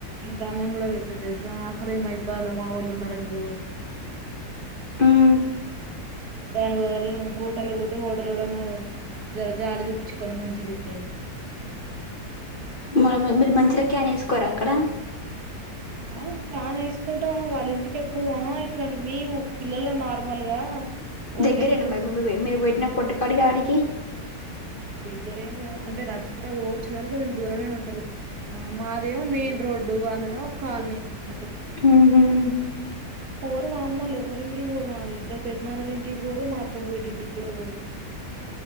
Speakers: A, on the right; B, on the left.
A: ఇంత అన్నం కూడా పెట్టదు తెలుసా ఆకలి మా ఇబ్బాలు మా వాళ్ళు ఉన్నారని పోవద్
B: ఉమ్.
A: దానికి వాళ్ళు హోటల్కి పోతే హోటల్ ఉన్న జర జాల చూపించుకొని మంచిదిస్తాడు
B: మ మీరు మంచిల క్యాన్ వేసుకోరాా అక్కడ
A: ఆ క్యాన్ వేసుకుంటాము వాళ్ళ ఇంటికిెప్పుడు ఇట్లా మేము పిల్లలు నార్మల్ గా పోతే
B: దగ్గరేనా
A: కూస్
B: మరి మీరు <unintelligible> కొట్టికడికి ఆడికి
A: దగ్గరేం కా అంటే నడుచకుడా పోవచ్చు కానీ కొంచెం దూరమే ఉంటది మాదేమో మెయిన్ రోడ్డు వాళ్ళడెమో కాలనీ అటు
B: హ్మ
A: పోరు మా అమ్మ వాళ్లు ఎవ్వరింటికి పోరు మా ఇద్దరు పెద్దనాన్నలు ఇంటికి పోరు మా అతమ్మ వీడింటికి కూడా పోరు